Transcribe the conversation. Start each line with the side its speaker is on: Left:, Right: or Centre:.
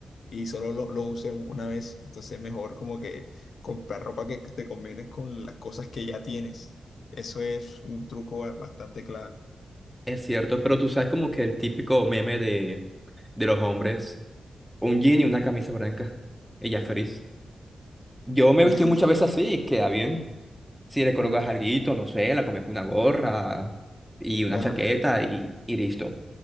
Left: y solo lo, lo uses una vez. Entonces es mejor como que comprar ropa que que te combines con las cosas que ya tienes. Eso es un truco ba- bastante claro.
Centre: Es cierto, pero tú sabes como que el típico meme de, de los hombres, un jean y una camisa blanca. Ella es feliz. Yo me
Left: <laughs>
Centre: he vestido muchas veces así y queda bien. Si le colocas
Left: Un,
Centre: alguito, no sé, la comes con una gorra y una
Left: ua-
Centre: chaqueta y, y listo.